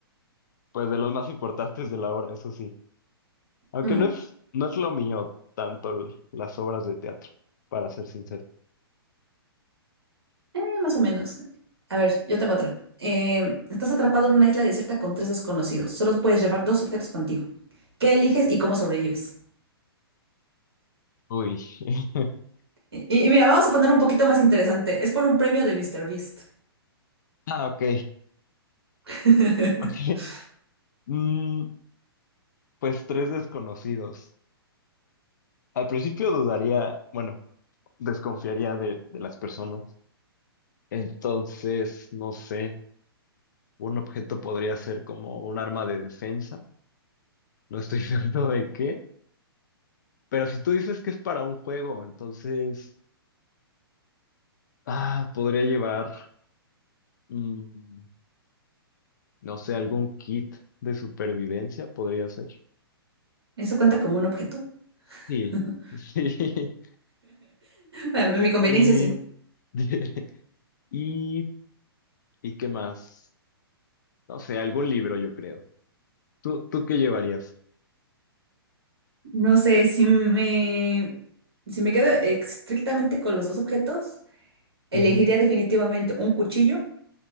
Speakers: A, on the left; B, on the right.
A: pues de los más importantes de la obra, eso sí. Aunque
B: Mm.
A: no es, no es lo mío tanto l- las obras de teatro, para ser sincero.
B: Eh, más o menos. A ver, yo tengo otra. Eh, estás atrapado en una isla desierta con tres desconocidos. Solo puedes llevar dos objetos contigo. ¿Qué eliges y cómo sobrevives?
A: Uy. <laughs>
B: Y, y mira, vamos a poner un poquito más interesante. Es por un premio de Mister Beast.
A: Ah, ok.
B: <laughs>
A: Ok. Mm, pues tres desconocidos. Al principio dudaría, bueno, desconfiaría de, de las personas. Entonces, no sé, un objeto podría ser como un arma de defensa. No estoy <laughs> seguro de qué. Pero si tú dices que es para un juego, entonces, ah, podría llevar, mm, No sé, algún kit de supervivencia podría ser.
B: ¿Eso cuenta como un objeto?
A: Sí,
B: <laughs>
A: <laughs> sí.
B: A mi conveniencia,
A: Y,
B: sí.
A: <laughs> y, ¿y qué más? No sé, algún libro, yo creo. ¿Tú, tú qué llevarías?
B: No sé, si me, si me quedo estrictamente con los dos objetos, elegiría
A: Ujú,
B: definitivamente un cuchillo